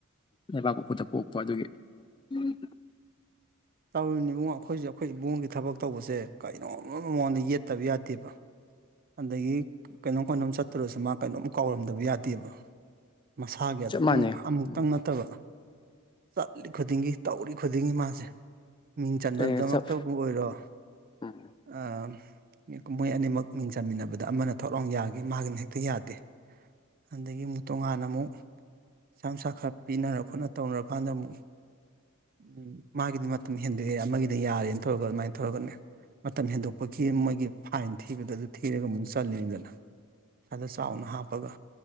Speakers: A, on the left (about 20°); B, on the right (about 45°).
A: ꯂꯩꯕꯥꯛ ꯄꯣꯛꯄꯗ ꯄꯣꯛꯄ ꯑꯗꯨꯒꯤ ꯎꯝ-ꯎꯎꯝ
B: ꯇꯧꯔꯤꯅꯤ ꯏꯕꯨꯡꯉꯣ ꯑꯩꯈꯣꯏꯖꯦ ꯑꯩꯈꯣꯏ ꯏꯕꯨꯡꯒꯤ ꯊꯕꯛ ꯇꯧꯕꯖꯦ ꯀꯔꯤꯅꯣꯝꯃ ꯃꯉꯣꯟꯗ ꯌꯦꯠꯇꯕ ꯌꯥꯗꯦꯕ ꯑꯗꯒꯤ ꯀꯩꯅꯣꯝ ꯀꯩꯅꯣꯝ ꯆꯠ ꯇꯧꯔꯁꯨ ꯃꯥ ꯀꯩꯅꯣꯝ ꯀꯥꯎꯔꯝꯗꯕ ꯌꯥꯗꯦꯕ ꯃꯁꯥꯒꯤ
A: ꯆꯞ
B: ꯑꯗꯨꯝ
A: ꯃꯥꯟꯅꯩ
B: ꯑꯃꯨꯛ
A: ꯎꯝ
B: ꯇꯪ ꯅꯠꯇꯕ ꯆꯠꯂꯤ ꯈꯨꯗꯤꯡꯒꯤ ꯇꯧꯔꯤ ꯈꯨꯗꯤꯡꯒꯤ ꯃꯥꯖꯦ ꯃꯤꯡ ꯆꯟꯕꯗꯃꯛꯇꯕꯨ
A: ꯑꯗꯨꯅꯦ ꯆꯞ
B: ꯑꯣꯏꯔꯣ
A: ꯎꯝ
B: ꯑ ꯀꯨꯝꯍꯣꯏ ꯑꯅꯤꯃꯛ ꯃꯤꯡ ꯆꯥꯃꯤꯟꯅꯕꯗ ꯑꯃꯅ ꯊꯣꯂꯎꯅ ꯌꯥꯒꯤ ꯃꯥꯒꯤꯅ ꯍꯦꯛꯇ ꯌꯥꯗꯦ ꯑꯗꯒꯤ ꯑꯃꯨꯛ ꯇꯣꯉꯥꯟꯅ ꯑꯃꯨꯛ <unintelligible> ꯈꯔ ꯄꯤꯅꯔ ꯈꯣꯠꯅ ꯇꯧꯅꯔ ꯀꯥꯟꯗ ꯑꯃꯨꯛ ꯎꯝ ꯃꯥꯒꯤꯗꯤ ꯃꯇꯝ ꯍꯦꯟꯗꯣꯛꯑꯦ ꯑꯃꯒꯤꯗꯤ ꯌꯥꯔꯦꯅ ꯊꯧꯔꯒ ꯑꯗꯨꯃꯥꯏꯅ ꯇꯧꯔꯒꯅꯦ ꯃꯇꯝ ꯍꯦꯟꯗꯣꯛꯄꯒꯤ ꯃꯣꯏꯒꯤ ꯐꯥꯏꯟ ꯊꯤꯕꯗ ꯑꯗꯨ ꯊꯤꯔꯒ ꯑꯃꯨꯛ ꯆꯠꯂꯦꯗꯅ ꯑꯗ ꯆꯥꯎꯅ ꯍꯥꯞꯄꯒ